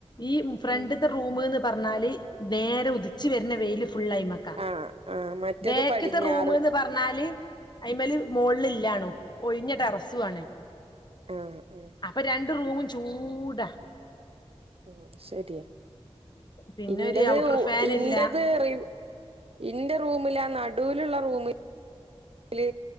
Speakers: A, on the left (about 40°); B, on the right (about 65°).
A: ഈ ഫ്രണ്ട്
B: ഉം
A: ത്തെ റൂമ്ന്ന് പർഞ്ഞാല് നേരെ ഉദിച്ച് വെര്നെ വെയ്ല് ഫുള്ളയ്മ്മക്കാ
B: ആഹ് ആഹ് മറ്റത്
A: ബേക്ക്‌ത്തെ
B: പടിഞ്ഞാറ്
A: റൂമ്ന്ന് പർഞ്ഞാല് അയ്മല്
B: ഉം
A: മോൾല്‌ല്ലാണും ഒയ്ഞ്ഞ ടെറസു ആണ്
B: ആഹ് ആഹ്
A: അപ്പം രണ്ട് റൂമും ചൂടാ
B: ഉം ശെര്യാ
A: പിന്നെ
B: ഇന്റെത്
A: ഒരു ഔട്ടർ
B: ഉ
A: ഫാൻ
B: ഇന്റെത്
A: ഇല്ല
B: റിവ് ഇന്റെ റൂമിലാ നടൂല്ള്ള റൂമ് ല്